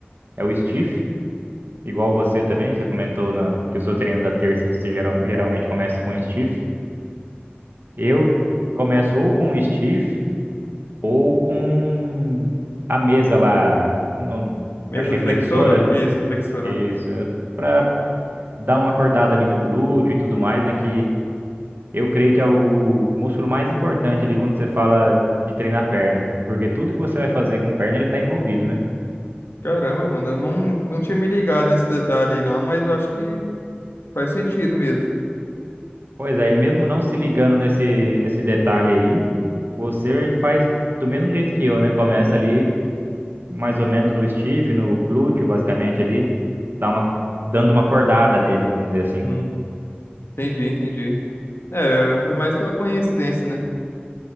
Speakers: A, on the right; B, on the left.
A: é, é o stiff, igual você também. Você comentou na, que o seu treino da terça você geral- geralmente começa com stiff. Eu começo ou com o stiff ou com a mesa lá, não,
B: Mesa
A: acho que
B: flexora?
A: é flexora,
B: Isso, a flexora.
A: isso, para dar uma acordada ali no glúteo e tudo mais, né? Que Eu creio que é o músculo mais importante ali quando você fala de treinar perna, porque tudo que você vai fazer com perna ele está envolvido, né?
B: Caramba, mano, eu não, não tinha me ligado nesse detalhe aí, não, mas eu acho que faz sentido mesmo.
A: Pois é, e mesmo não se ligando nesse, nesse detalhe aí, você faz do mesmo jeito que eu, né? Começa ali mais ou menos no stiff, no glúteo, basicamente ali, dá uma, dando uma cordada nele, vamos dizer assim.
B: Hum, entendi, entendi. É, foi mais pela coincidência, né?